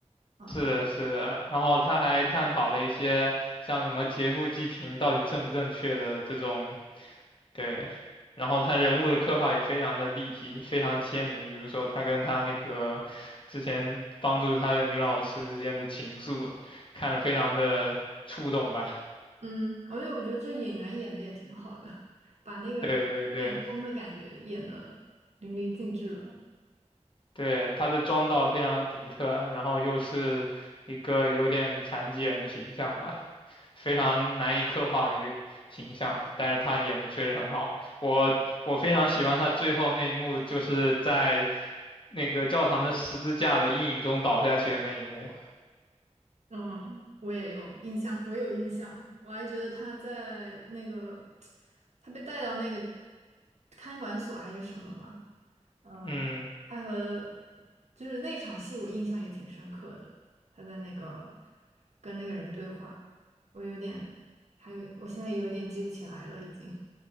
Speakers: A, on the right (about 70°); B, on the left (about 45°).
A: 啊，
B: 是的，是的，然后他还探讨了一些像什么劫富济贫到底正不正确的这种，对，然后他人物的刻画也非常的立体，非常鲜明。比如说他跟他那个之前帮助他的女老师之间的情愫，看得非常的触动吧。
A: 嗯，而且我觉得这演员演的也挺好的，<laughs> 把那个变疯的感觉演的淋漓尽致吧。
B: 对对对对，他的妆造非常独特，然后又是一个有点残疾人的形象吧，非常难以刻画的一个形象，但是他演的确实很好，我我非常喜欢他最后那一幕，就是在那个教堂的十字架的阴影中倒下去的那一幕。
A: 嗯，我也有印象，我有印象，我还觉得他在那个 <tsk> 他被带到那个看管所还是什么嘛。呃，
B: 嗯
A: 他和就是那场戏我印象也挺深刻的，他在那个跟那个人对话，我有点，还有我现在有一点记不起来了已经。